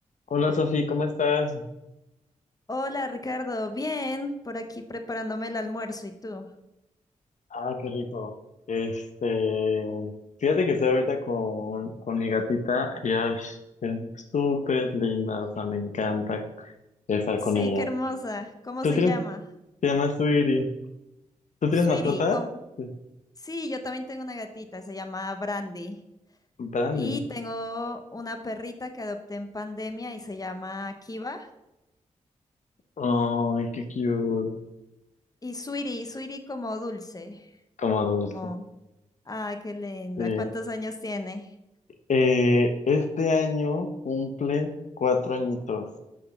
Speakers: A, on the left; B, on the left.
A: Hola Sofi, ¿cómo estás?
B: Hola Ricardo, bien, por aquí preparándome el almuerzo, ¿y tú?
A: Ah, qué rico. Este, fíjate que estoy ahorita con, con mi gatita y ah, es súper linda, o sea, me encanta estar
B: Sí,
A: con ella.
B: qué hermosa, ¿cómo
A: ¿Tú
B: se
A: tienes,
B: llama?
A: te llamas Sweetie? ¿Tú tienes
B: Sweetie,
A: mascota?
B: ¿cómo-
A: Sí.
B: sí, yo también tengo una gatita, se llama Brandy,
A: Brandy.
B: y tengo una perrita que adopté en pandemia y se llama Kiva,
A: Ay, qué cute.
B: y Sweetie, Sweetie como dulce,
A: Como dulce.
B: como, ah, qué linda,
A: Sí.
B: ¿cuántos años tiene?
A: Eh, este año cumple cuatro añitos.